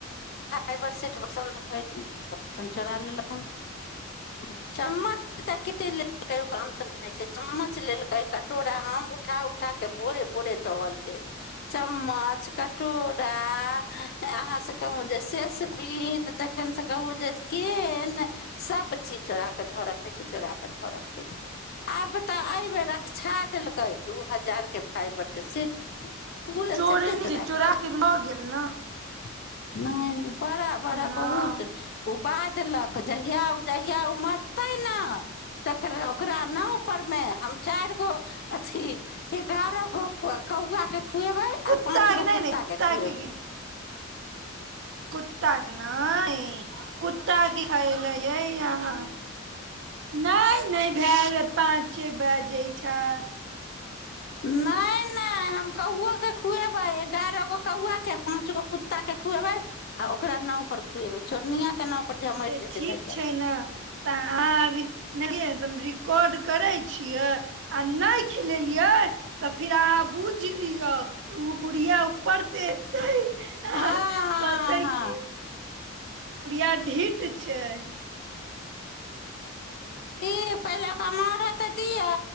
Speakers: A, on the left; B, on the right.
A: फाइबर सेट पसंद परि फट सन चोरा लेलक हन एगो च्मच तो केते लेल कहियो के अंत छै चम्मच लेलकै कटोरा हम उठा उठा कऽ भोरे भोरे धऽ अलियै चम्मच कटोरा अहाँसे कहू जे सेसपिन तखनसँ कहू जे केन सब चीज चोरा कऽ धऽ रखइ छै चोराऽ धऽ रखै छै आब तऽ अई बेर अकक्षा देलकै दू हजार के फाइबर के सेट पूरा
B: चोरनी
A: सेटे चोरा
B: छै
A: के ल गेलैइ
B: लऽ गेल न
A: नई बड़ा बड़ा
B: हँ
A: बहुत ओ उकछाय देलक जहिया उ जहिया उ मरतै न तकरा ओकरा न चारि गो अथी एगारह गो कौआ के खुएबै आ
B: कुत्ता
A: पाँच गो
B: के नहि
A: कुत्ता
B: नहि
A: के खुएबै
B: ए कुत्ता के नैइ कुत्ता की खैलैऐ ह हँ नई नई भेल पाँचे बाजै छैइ
A: नई नई हम कौओ के खुएबै एगारहगो कौआ के पांच गो कुत्ता के खुएबैइ आ ओकरा नाव पर खुएवे चोरनीया के नाव पर जे मरि
B: तऽ
A: जेतै
B: ठीक
A: तहिया
B: छैइ ना तऽ अहाँ आबी नईये रिकॉर्ड करै छियै आ नई खिलेलियै तऽ फिर अहाँ बू बुझ लिऔ ओ बुढ़िया ऊपर से तै आ
A: हँ हँ
B: कहतै
A: हँ
B: की बुढ़िया ढिठ छैय
A: ई पहिले ओकरा मरअ् दियौ